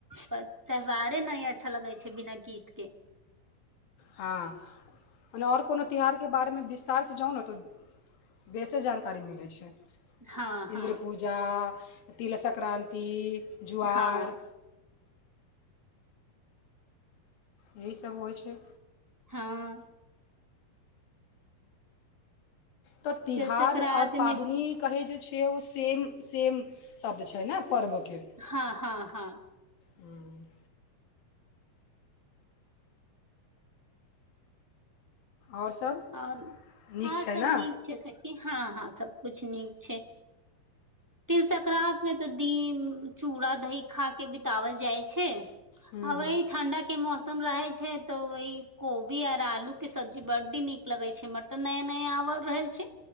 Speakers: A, in the centre; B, on the left.
A: त्यौहार नहि अच्छा लगै छै बिना गीत के
B: आ मने ओर कोनो त्यौहार के बारे मे विस्तार सँ जाउ ने तऽ बेसे जानकारी मिलैत छै
A: हँ हँ
B: इन्द्र पूजा तिला सक्रान्ति जुआर
A: हँ
B: यहीसभ होइ छै
A: हँ
B: तऽ तिहार
A: तिल संक्रान्ति
B: ओर पाबनि
A: मे
B: कहै जे छ उ सेम शब्द छै ने पर्वके
A: हँ हँ हँ
B: हँ ओर सभ
A: आओर
B: नीक
A: आओर
B: छै
A: सब
B: न
A: नीक छै सखी हँ हँ सबकुछ नीक छै तिल सक्र्तमे तऽ दीम चूड़ा दही खा के बितवल जाइ छै
B: हूँ
A: आब वही
B: हूँ
A: ठण्डा के मौसम सम रहे छै तो वहि कोबी आर आलू के सब्जी बड्डी निक लगे छै मटन नया नया आवल रहल छै